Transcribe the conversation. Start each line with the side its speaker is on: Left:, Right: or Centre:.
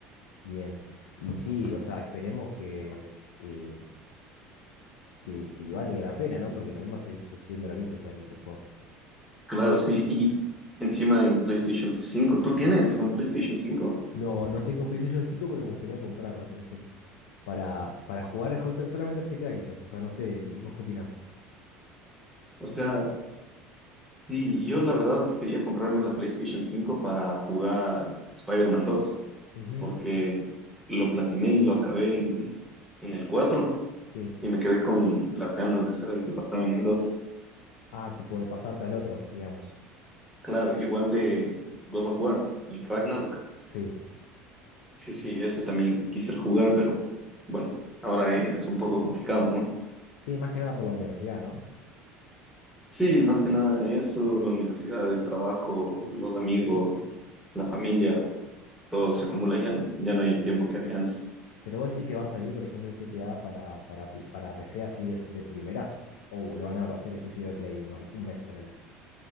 Left: Bien. Y sí, o sea, esperemos que, que, que, que valga la pena, ¿no? Porque también va a salir sus 100 dolaritos el, el juego.
Centre: Claro, sí, y encima en PlayStation cinco ¿Tú tienes un PlayStation cinco
Left: No, no tengo PlayStation 5, pero me gustaría comprarla, por ejemplo. Para, para jugar al- solamente al GTA quizás. O sea, no sé, ¿vos qué opinás?
Centre: O sea, sí, yo la verdad quería comprarme la PlayStation cinco para jugar Spider-Man 2,
Left: Ujú,
Centre: porque lo platiné y lo acabé en, en el 4
Left: Sí.
Centre: y me quedé con las ganas de saber qué pasaba en el dos
Left: Ah, tipo de pasarte al otro, digamos.
Centre: Claro, igual de God of War, el Ragnarok.
Left: Sí.
Centre: Sí, sí, ese también quisiera jugar, pero bueno, ahora es un poco complicado, ¿no?
Left: Sí, más que nada por la universidad, ¿no?
Centre: Sí, más que nada eso, la universidad, el trabajo, los amigos, la familia, todo se acumula ya, ya no hay el tiempo que había antes.
Left: Pero vos decís que va a salir, por ejemplo, el GTA para, para, pl- para PC así de, de primeras. O lo van a hacer exclusivo de Play unos, un mes, ponele.